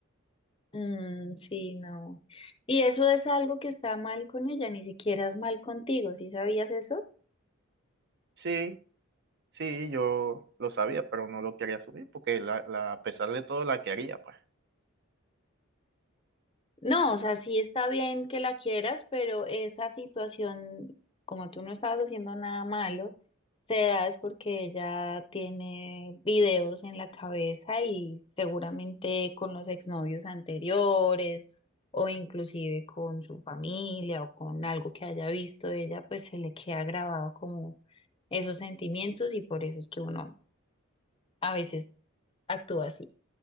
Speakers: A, on the left; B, on the right.
A: Mm, sí, no. Y eso es algo que está mal con ella, ni siquiera es mal contigo, ¿sí sabías eso?
B: Sí, sí, yo lo sabía, pero no lo quería subir porque la, la- a pesar de todo la quería, pues.
A: No, o sea, sí está bien que la quieras, pero esa situación, como tú no estabas haciendo nada malo, se da es porque ella tiene videos en la cabeza y seguramente con los exnovios anteriores o inclusive con su familia o con algo que haya visto de ella, pues se le queda grabado como esos sentimientos y por eso es que uno a veces actúa así.